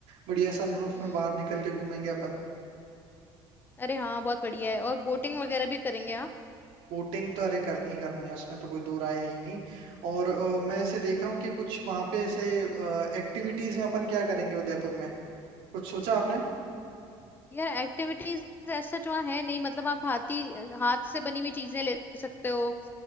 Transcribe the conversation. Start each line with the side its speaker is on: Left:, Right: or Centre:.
Right: बढ़िया सनरूफ
Left: हम्म
Right: में बाहर निकल के घूमेंगे अपन
Left: अरे हाँ बहुत बढ़िया है और बोटिंग वगैरह भी करेंगे हाँ
Right: बोटिंग तो अरे करनी ही करनी है उसमें तो कोई दो राय है ही नहीं और अ, मैं
Left: हाँ
Right: ऐसे देख रहा हूँ कि कुछ वहां पे ऐसे एक्टिविटीज में अपन क्या करेंगे उदयपुर में कुछ सोचा आपने
Left: यार एक्टिविटीज ऐसा जो है नहीं मतलब आप हाथी हाथ से बनी हुई चीजें ले सकते हो